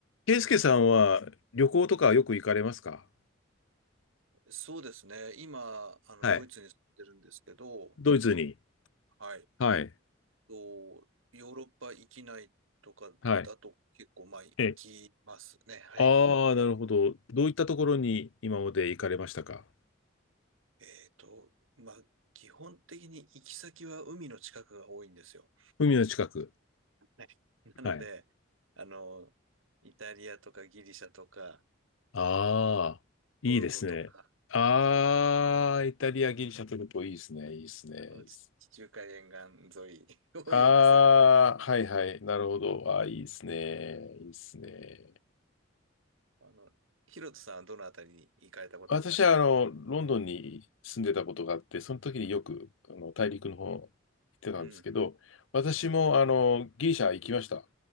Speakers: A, on the left; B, on the right.
A: ケイスケさんは旅行とかよく行かれますか
B: そうですね。今、あの、
A: はい。
B: ドイツに住んでるんですけど、
A: ドイツに。
B: はい。
A: はい。
B: と、ヨーロッパ域きないとかだと結構、
A: はい。
B: まあ、行きますね。
A: え、
B: はい。
A: ああー、なるほど。どういったところに今まで行かれましたか
B: えっと、まあ、基本的に行き先は海の近くが多いんですよ。
A: 海の近く。
B: はい。なので、
A: はい。
B: あの、イタリアとかギリシャとか、
A: ああ、いいですね。
B: トルコとか、
A: ああ、イタリア、ギリシャトルコ、いいですね。いいですね。
B: あの、
A: いいっす
B: 地地中海沿岸沿いをよく攻める。
A: ああ、はいはい。なるほど。ああ、いいですね。いいですね。
B: あの、ヒロトさんはどのあたりに行かれたことありますか
A: 私はあの、ロンドンに住んでたことがあって、その時によくあの大陸の方行ってたんですけど、
B: うん。
A: 私もあの、ギリシャ行きました。